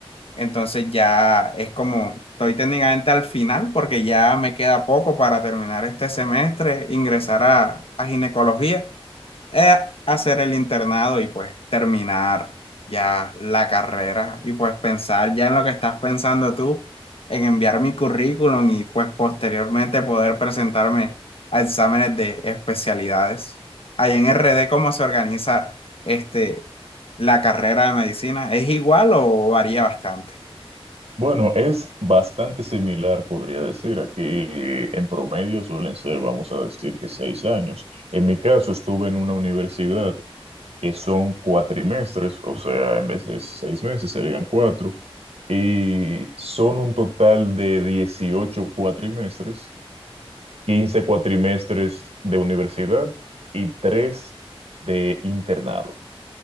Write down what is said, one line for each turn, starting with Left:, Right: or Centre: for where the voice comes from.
Left: Entonces ya es como, estoy técnicamente al final porque ya me queda poco para terminar este semestre, ingresar a, a ginecología eh, hacer el internado y pues terminar ya la carrera y pues pensar ya en lo que estás pensando tú, en enviar mi currículum y pues posteriormente poder presentarme a exámenes de especialidades. Ahí en RD, ¿cómo se organiza este, la carrera de medicina? ¿Es igual o varía bastante?
Right: Bueno, es bastante similar, podría decir. Aquí en promedio suelen ser, vamos a decir, que seis años. En mi caso, estuve en una universidad que son cuatrimestres, o sea, en vez de seis meses serían cuatro, y son un total de 18 cuatrimestres, 15 cuatrimestres de universidad y tres de internado.